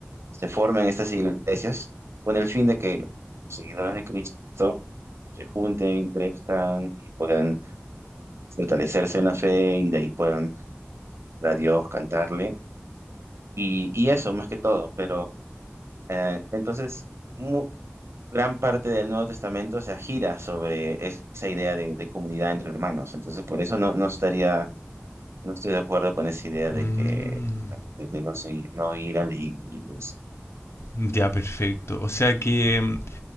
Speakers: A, on the right; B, on the left.
A: se formen estas iglesias con el fin de que los seguidores de Cristo se junten, crezcan y puedan fortalecerse en la fe y de ahí puedan ver a Dios, cantarle y, y eso más que todo. Pero eh, entonces, mu- gran parte del Nuevo Testamento se gira sobre es- esa idea de, de comunidad entre hermanos. Entonces, por eso no, no estaría, no estoy de acuerdo con esa idea de
B: Mm.
A: que de no, seguir- no ir a la iglesia.
B: Ya, perfecto. O sea que mm,